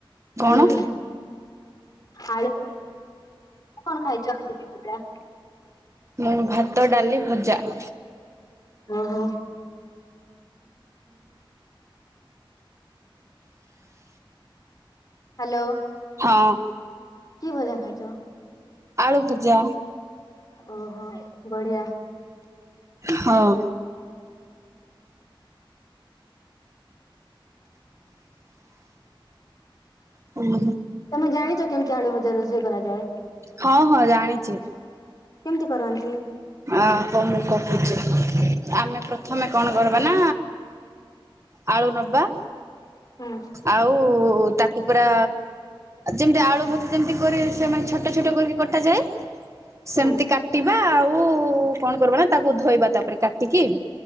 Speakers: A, on the right; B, on the left.
A: କଣ?
B: ହୁଁ ଆଳୁ କଣ ଖାଇଚ <unintelligible>
A: ମୁଁ ଭାତ, ଡାଲି, ଭଜା। <inaudible>
B: ଓହୋ। ହାଲୋ
A: ହଁ
B: କି ଭଜା ଖାଇଚ?
A: ଆଳୁ ପୁଜା।
B: ଓହୋ ବଢିଆ
A: ହଉ ହୁଁ
B: ତମେ ଜାଣିଚ କେମତି ଆଳୁ ଭଜା ରୋଷେଇ କରାଯାଏ।
A: ହଁ ହଁ ଜାଣିଛି।
B: କେମତି କରନ୍ତି?
A: ଆ ହୋ ମୁଁ କହୁଚି ଆମେ ପ୍ରଥମେ କଣ କରବା ନା ଆଳୁ ନବା
B: ହୁଁ
A: ଆଉ ତାକୁ ପୁରା ଯେମତି ଆଳୁ ଭଜା ଯେମତି କରି ସେମାନେ ଛୋଟ ଛୋଟ କରକି। କଟାଯାଏ ସେମତି
B: ହୁଁ
A: କାଟିବା ଆଉ କୁ କଣ କରବା ନା ତାକୁ ଧୋଇବା ତାପରେ କାଟିକି